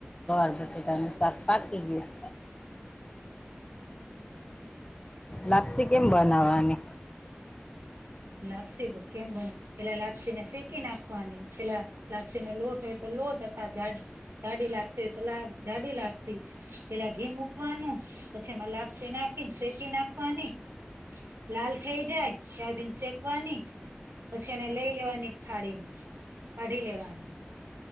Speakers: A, on the left (about 25°); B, on the right (about 80°).
A: ગવાર બટેટા નું શાક પાકી ગયું. લાપ્સી કેમ બનાવાની?
B: લાપસી ભ કેમ બોને પેલા લાપસી ને શેકી નાખવાની, પેલા- લીને લોટ હોય તો લોટ અથ ઝાડ. જાડી લાગતી તો લ જાડી લાગતી પેલા ઘે મૂકવાનું. પછી એમાં લાપસી નાખીને શેકી નાખવાની લાલ થઈ જાય ત્યાધી. કવાની પછી એને લઈ લેવાની એક થાળી માં કાઢી લેવાની.